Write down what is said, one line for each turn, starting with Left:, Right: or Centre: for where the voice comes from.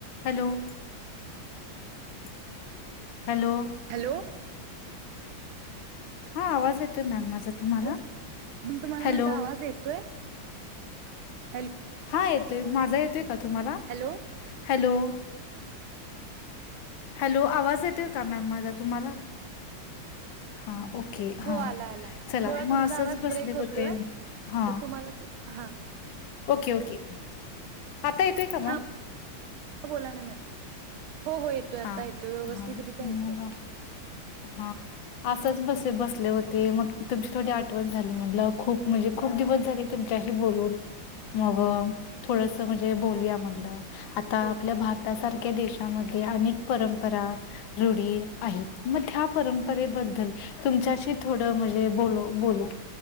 Left: Hello hello.
Right: Hello.
Left: हा आवाज येतोय मॅम माझा तुम्हाला
Right: हो मॅम तुम्हाला
Left: हॅलो
Right: माझा आवाज येतोय? हॅलो.
Left: हा येतोय माझा येतोय का तुम्हाला
Right: हॅलो
Left: हॅलो. हॅलो आवाज येतोय का मॅम माझा तुम्हाला? हा ओके हा
Right: हो आला आला
Left: चला
Right: थोडा
Left: मग
Right: तुमचा
Left: असंच
Right: आवाज
Left: बसले
Right: ब्रेक होतोय
Left: होते. हा
Right: तर तुम्हाला हा,
Left: ओके ओके आता येतोय का मग,
Right: हा बोला ना मॅ हो हो येतो आता
Left: हा
Right: येतो व्यवस्थितरित्या
Left: हा मग
Right: येतो.
Left: हा. असंच बसे बसले होते मग तुमची थोडी आठवण झाली म्हटलं खूप म्हणजे खूप दिवस झाले. तुमच्याशी बोलून मग थोडस म्हणजे बोलूया म्हटलं, आता
Right: हो
Left: आपल्या भारतासारख्या देशामध्ये अनेक परंपरा, रूढी आहेत मग त्या परंपरेबद्दल- तुमच्याशी थोडं म्हणजे बोल बोलू-